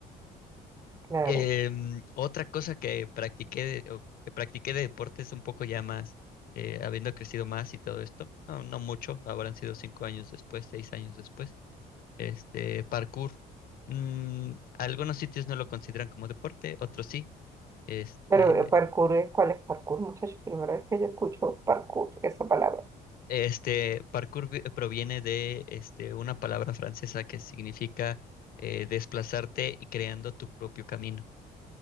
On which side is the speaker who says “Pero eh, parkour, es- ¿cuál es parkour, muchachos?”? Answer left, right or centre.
Right